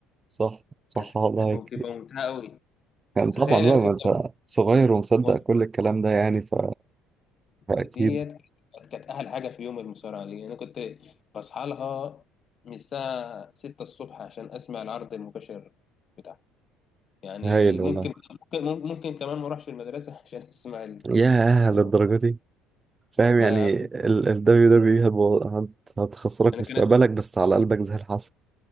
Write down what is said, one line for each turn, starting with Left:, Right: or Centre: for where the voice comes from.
Right: صح صح
Left: كانت
Right: والله
Left: كانت بتبقى ممتعة أوي
Right: يعني
Left: تخيل
Right: طبعا
Left: انا
Right: بقى ما
Left: كنت
Right: انت صغير ومصدق
Left: و-
Right: كل الكلام ده يعني ف... فاكيد
Left: ديت كانت كانت احلى حاجه في يوم المصارعه دي انا كنت بصحى لها من الساعه 6 الصبح عشان اسمع العرض المباشر بتاعها يعني
Right: هايل
Left: ممكن
Right: والله
Left: ممكن ممكن كمان ما اروحش المدرسه <laughs> عشان اسمع ال-
Right: ياه للدرجه
Left: ال-
Right: دي فاهم
Left: والله
Right: يعني
Left: يا عبد
Right: ال ال WWE هتبو- هت... هتخسرك
Left: انا
Right: مستقبلك
Left: كان
Right: بس على قلبك زي الحصى